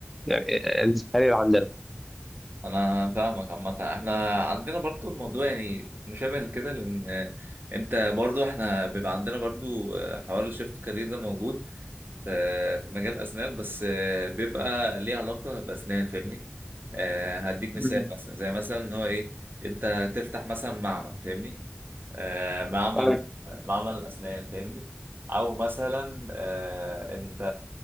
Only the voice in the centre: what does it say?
يعني الكارير عندنا
امم
أيوة.